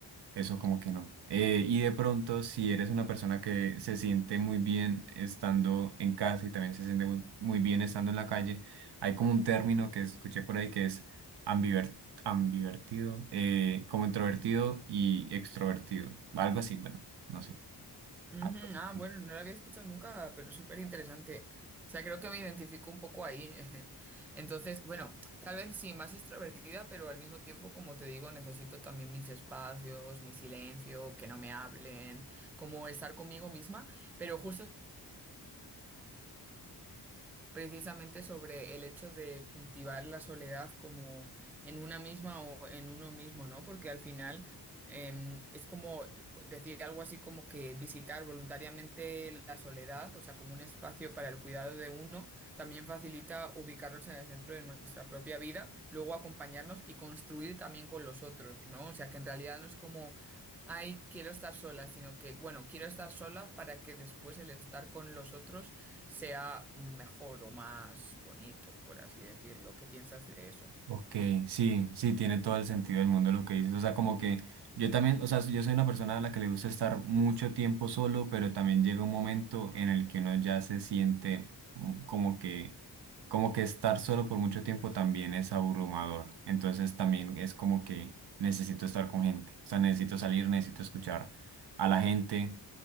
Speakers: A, on the right; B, in the centre.
A: Eso como que no. Eh, y de pronto, si eres una persona que se siente muy bien estando en casa y también se siente muy, muy bien estando en la calle, hay como un término que escuché por ahí que es ambiver- ambivertido, eh, como introvertido y extrovertido, algo así, bueno, no sé.
B: Ujú,
A: Algo así.
B: ah, bueno, no lo había escuchado nunca, pero es súper interesante. O sea, creo que me identifico un poco ahí. <laughs> Entonces, bueno, tal vez sí, más extrovertida, pero al mismo tiempo, como te digo, necesito también mis espacios, mi silencio, que no me hablen, como estar conmigo misma. Pero justo precisamente sobre el hecho de cultivar la soledad como en una misma o en uno mismo, ¿no? Porque al final em, es como decir algo así como que visitar voluntariamente la soledad, o sea, como un espacio para el cuidado de uno, también facilita ubicarnos en el centro de nuestra propia vida, luego acompañarnos y construir también con los otros, ¿no? O sea, que en realidad no es como... Ay, quiero estar sola, sino que, bueno, quiero estar sola para que después el estar con los otros sea mejor o más bonito, por así decirlo. ¿Qué piensas de eso?
A: Ok, sí, sí, tiene todo el sentido del mundo lo que dices. O sea, como que yo también, o sea, yo soy una persona a la que le gusta estar mucho tiempo solo, pero también llega un momento en el que uno ya se siente mm, como que, como que estar solo por mucho tiempo también es abrumador. Entonces también es como que necesito estar con gente. O sea, necesito salir, necesito escuchar a la gente,